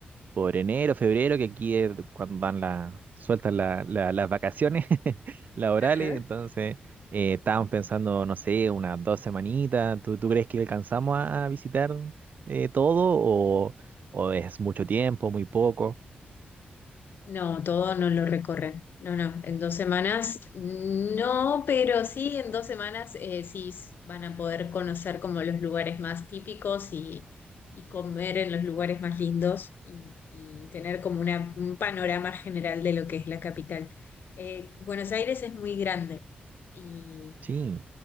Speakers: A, on the right; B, on the left.
A: por enero, febrero, que aquí es cuando dan la, sueltan la- la- las vacaciones <laughs> laborales,
B: Ajá.
A: entonces eh, estábamos pensando, no sé, unas dos semanitas. ¿Tú, tú crees que alcanzamos a, a visitar eh, todo o, o es mucho tiempo, muy poco?
B: No, todo no lo recorren. No, no, en dos semanas no, pero sí, en dos semanas eh, sí s- van a poder conocer como los lugares más típicos y, y comer en los lugares más lindos y, y tener como una, un panorama general de lo que es la capital. Eh, Buenos Aires es muy grande y,
A: Sí,